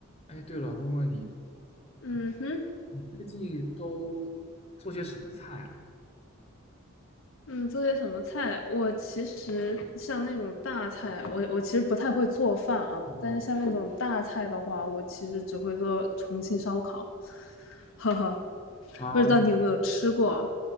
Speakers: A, on the left; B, on the left.
A: 哎，对了，问问你，
B: 嗯哼，
A: 啊你最近都做些什么菜啊？
B: 嗯，做些什么菜？我其实像那种大菜，我我其实不太会做饭啊。但是像那种大菜的话，
A: 哦，
B: 我其实只会做重庆烧烤，<laughs> 呵呵，
A: 啊，
B: 不知道你有没有吃过啊？